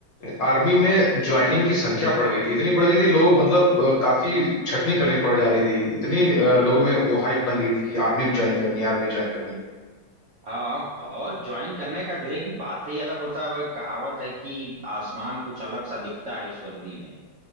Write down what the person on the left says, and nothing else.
आर्मी में ज्वाइनिंग की संख्या बढ़ गई थी इतनी बढ़ गई थी लोग मतलब अ, काफी छटनी करनी पड़ जा रही थी इतनी अ, लोगों में वो हाइप बन गई थी कि आर्मी में ज्वाइन करनी है, आर्मी ज्वाइन करनी है।